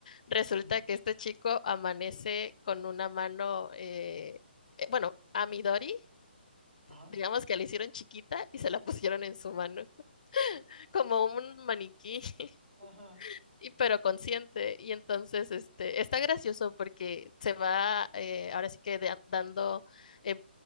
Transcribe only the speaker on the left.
resulta
que este chico amanece con una mano eh, eh, bueno, a Midori
Digamos que la hicieron chiquita y se la pusieron en su mano, como un maniquí, <laughs>
y, pero consciente. Y entonces este, está gracioso porque se va eh, ahora sí que da- dando eh,